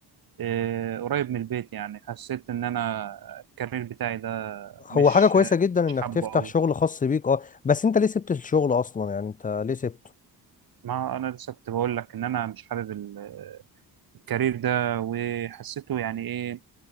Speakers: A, on the right; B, on the left.
A: آه، قريب من البيت يعني حسيت ان انا الكارير بتاعي ده
B: هو
A: مش
B: حاجه كويسه جدا
A: مش
B: انك
A: حابه
B: تفتح
A: قوي
B: شغل خاص بيك اه بس انت ليه سبت الشغل اصلا يعني انت ليه سبته
A: ما انا لسه كنت بقول لك ان انا مش حابب ال- الكارير ده وحسيته يعني ايه